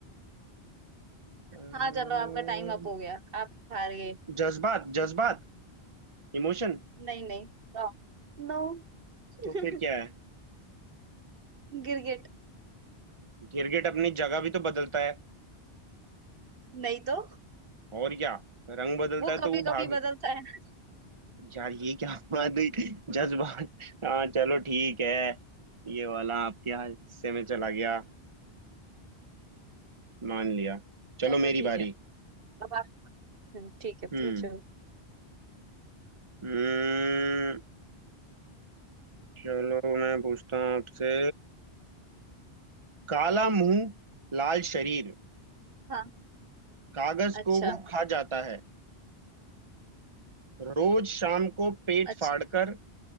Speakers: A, on the right; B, on the right.
A: अम्म,
B: हाँ चलो आपका टाइम अप हो गया आप हार गए
A: जज्बात जज्बात इमोशन
B: नहीं नहीं रॉन्ग। नो <laughs>
A: तो फिर क्या है
B: गिरगिट
A: गिरगिट अपनी जगह भी तो बदलता है
B: नहीं तो
A: और क्या रंग बदलता
B: वो
A: है
B: कभी
A: तो वो
B: कभी
A: भाग
B: बदलता है ना
A: यार ये क्या <laughs> बात हुई जज्बात हाँ चलो ठीक है ये वाला आपके यहाँ हिस्से में चला गया मान लिया चलो
B: चलो
A: मेरी
B: ठीक
A: बारी
B: है अब आप हम्म, ठीक है
A: हम्म
B: पूछो
A: हम्म चलो मैं पूछता हूँ आपसे काला मुंह लाल शरीर
B: हाँ
A: कागज
B: अच्छा
A: को वो खा जाता है रोज शाम को पेट
B: अच्छा
A: फाड़कर